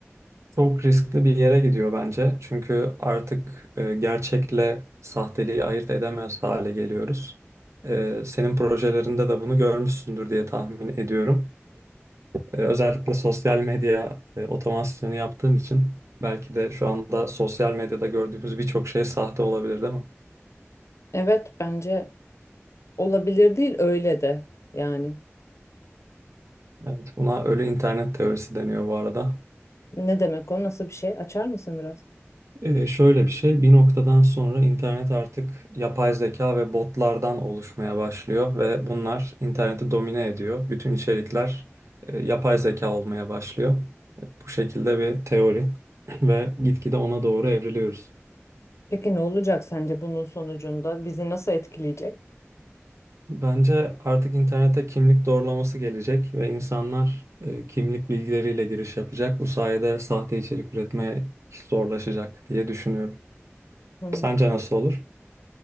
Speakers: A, on the right; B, on the left.
A: Çok riskli bir yere gidiyor bence. Çünkü artık e, gerçekle sahteliği ayırt edemez hale geliyoruz. E, Senin projelerinde de bunu görmüşsündür diye tahmin ediyorum. Ee, Özellikle sosyal medya e, otomasyonu yaptığım için belki de şu anda sosyal medyada gördüğümüz birçok şey sahte olabilir değil mi?
B: Evet, bence olabilir değil öyle de yani.
A: Evet. Buna ölü internet teorisi deniyor bu arada.
B: Ne demek o? Nasıl bir şey? Açar mısın biraz?
A: Ee, şöyle bir şey, bir noktadan sonra internet artık yapay zeka ve botlardan oluşmaya başlıyor ve bunlar interneti domine ediyor. Bütün içerikler e, yapay zeka olmaya başlıyor. Bu şekilde bir teori <clears throat> ve gitgide ona doğru evriliyoruz.
B: Peki ne olacak sence bunun sonucunda? Bizi nasıl etkileyecek?
A: Bence artık internete kimlik doğrulaması gelecek ve insanlar e, kimlik bilgileriyle giriş yapacak. Bu sayede sahte içerik üretmeye zorlaşacak diye düşünüyorum.
B: Hmm,
A: Sence nasıl olur?